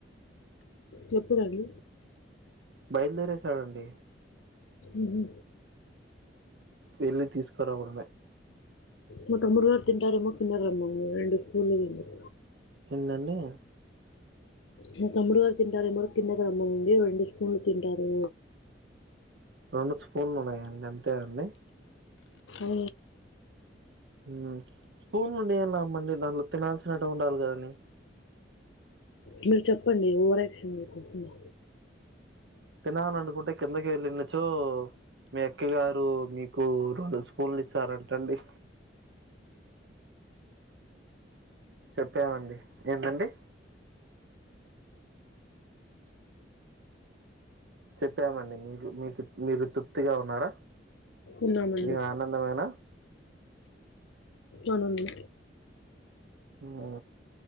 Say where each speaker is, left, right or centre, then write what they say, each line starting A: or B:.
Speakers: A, on the left (about 85°); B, on the right (about 75°).
A: చెప్పుదను
B: బయలుదేరేసాడండి
A: ఊహు
B: వెళ్ళి తీసుకురావడమే
A: మా తమ్ముడు గారు తింటారేమో తినరేమో అని రెండు స్పూన్లు మిగిలినాయ్
B: ఏందండి
A: మా తమ్ముడు గారు తింటారేమో కిందకి రమ్మనండి రెండు స్పూన్లు తింటారు
B: రెండు స్పూన్లు ఉన్నాయండి అంతే అండి
A: ఊ
B: ఊ స్పూన్లు ఉండి ఏం లాభం అండి దాంట్లో తినాల్సినేటివి ఉండాలి కదండి
A: మీరు చెప్పండి ఓవర్ యాక్షన్ చేయకోకుండా
B: తినాలనుకుంటే కిందకి ఎళ్ళినచో మీ అక్కయ్య గారు మీకు రెండు స్పూన్లు ఇస్తారంటండి చెప్తామండి ఏంటండీ చెప్పామండి మీకు మీకు మీరు తృప్తిగా ఉన్నారా
A: ఉన్నామండి
B: ఇంకా ఆనందమైన
A: ఆనందం
B: ఉ